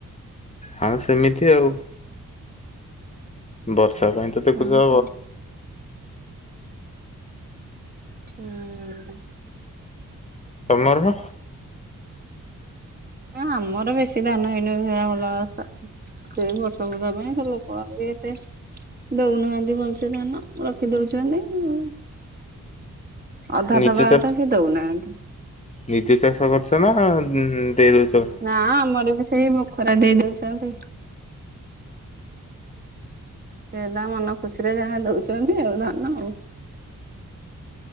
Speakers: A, on the left (about 20°); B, on the right (about 30°).
A: ହଁ ସେମିତି ଆଉ। ବର୍ଷା ପାଇଁ ତ ଦେଖୁଚ
B: ଓହୋ ଉଁ ହୁଁ।
A: ତମର।
B: ହ ଆମର ବେଶୀ ଧାନ ହେଇନି <unintelligible> ସେ ଭଲବାସ ସେଇ ବର୍ଷା ଫର୍ଷା ପାଇଁ ସେ ଲୋକ କିଏ ଏତେ ଦଉନାହାନ୍ତି ଭଲସେ ଧାନ ରଖି ଦଉଚନ୍ତି ଉଁ ଅଧା
A: ନିଜେ
B: ଦବା
A: ଚା
B: କଥା ସେ ଦଉନାହାନ୍ତି।
A: ନିଜେ ଚାଷ କରୁଛ ନା ଉଁ ଦେଇ ଦଉଚ?
B: ନା ଆମର ବି ସେଇ ବଖରା ଦେଇ ଦଉଛନ୍ତି ସେ ତାଙ୍କ ମନ ଖୁସିରେ ଯାହା ଦଉଛନ୍ତି ଆଉ ଧନ ଆଉ।